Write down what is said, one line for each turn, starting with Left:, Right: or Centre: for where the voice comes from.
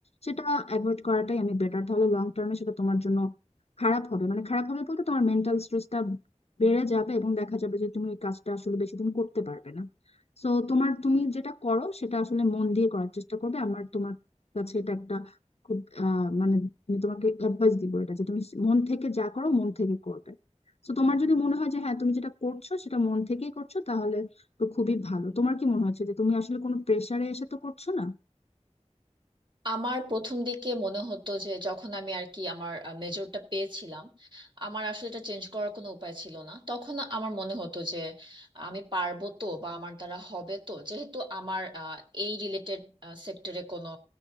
Left: সেটা অ্যাভয়েড করাটাই আমি বেটার তাহলে লং টার্মে সেটা তোমার জন্য খারাপ হবে মানে খারাপ হবে বলতে তোমার মেন্টাল স্ট্রেসটা বেড়ে যাবে এবং দেখা যাবে যে তুমি এই কাজটা আসলে বেশি দিন করতে পারবে না সো তোমার তুমি যেটা করো সেটা আসলে মন দিয়ে করার চেষ্টা করবে আমার তোমার কাছে এটা একটা খুব আহ, মানে আমি তোমাকে অ্যাডভাইস দিব এটা যে তুমি মন থেকে যা করো মন থেকে করবে তো তোমার যদি মনে হয় যে হ্যাঁ তুমি যেটা করছো সেটা মন থেকেই করছো তাহলে তো খুবই ভালো তোমার কি মনে হচ্ছে যে তুমি আসলে কোনো প্রেসারে এসে তো করছো না
Right: আমার প্রথম দিকে মনে হতো যে যখন আমি আর কি আমার মেজরটা পেয়েছিলাম আমার আসলে এটা চেঞ্জ করার কোনো উপায় ছিল না তখন আমার মনে হতো যে আমি পারবো তো বা আমার দ্বারা হবে তো যেহেতু আমার আহ, এই রিলেটেড সেক্টরে কোনো